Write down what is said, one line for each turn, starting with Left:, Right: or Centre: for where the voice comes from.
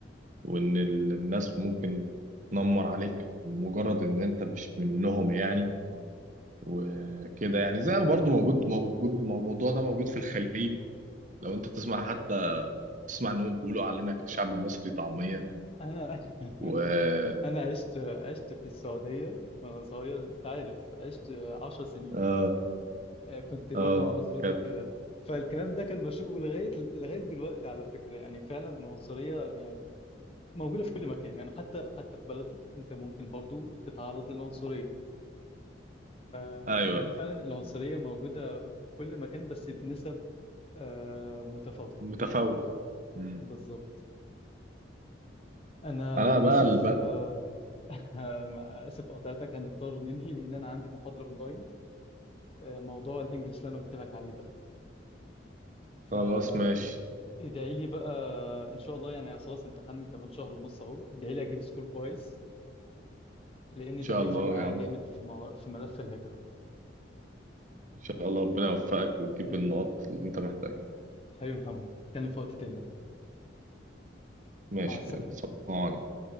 Right: وان ال- الناس ممكن تنمر عليك مجرد ان انت مش منهم يعني وكده يعني زي برضه موجود موجود الموضوع ده موجود في الخليج لو انت تسمع حتى تسمع ان هم بيقولوا علينا كشعب مصري طعمية
Left: انا <laughs>
Right: و <laughs>
Left: انا عشت عشت في السعوديه وانا صغير انت عارف عشت عشر سنين
Right: اه
Left: آه، كنت برضو
Right: اه
Left: مع اسرتي
Right: كانت
Left: وكده فالكلام ده كان مشوق لغايه لغايه دلوقتي على فكره يعني فعلا العنصريه يعني موجوده في كل مكان يعني حتى حتى في بلدك انت ممكن برضو تتعرض للعنصريه آه،
Right: ايوه
Left: هي
Right: أيوة.
Left: فعلا العنصريه موجوده في كل مكان بس بنسب آه، متفاوته
Right: متفاوت مم.
Left: بالظبط انا
Right: انا
Left: للاسف
Right: بقى البقى
Left: آه، <laughs> مع- اسف قطعتك هنضطر ننهي لان انا عندي محاضره اونلاين موضوع الانجليش اللي انا قلت لك عليه ده فادعي
Right: خلاص ماشي
Left: لي بقى ان شاء الله يعني أنا خلاص امتحان كمان شهر ونص اهو ادعي لي اجيب سكور كويس لان
Right: ان
Left: ده
Right: شاء
Left: هيفرق
Right: الله
Left: معايا
Right: يا عم
Left: جامد في مو... في ملف الهجرة
Right: ان شاء الله ربنا يوفقك وتجيب
Left: إن-
Right: النقط اللي انت محتاجها
Left: حبيبي محمد اتكلم في وقت تاني بقى
Right: ماشي
Left: مع السلامة
Right: يلا سلام عليكم.